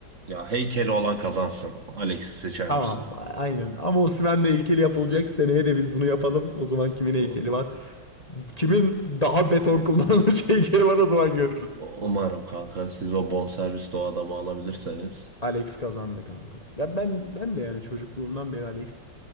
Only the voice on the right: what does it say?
Ya heykeli olan kazansın. Alex'i seçer
misin?
Uma-
umarım kanka siz o bonservisli o adamı alabilirseniz.